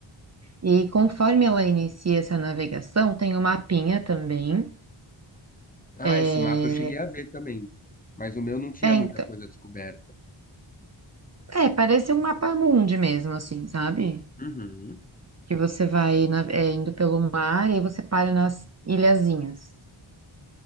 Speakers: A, on the right; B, on the left.
A: E conforme ela inicia essa navegação, tem um mapinha também.
B: Ah,
A: É,
B: esse mapa eu cheguei a ver também, mas o meu não tinha
A: é,
B: muita
A: então,
B: coisa descoberta.
A: é, parece um mapa mundi mesmo, assim, sabe?
B: Uhum,
A: Que você vai na- é, indo pelo mar e aí você para nas ilhazinhas.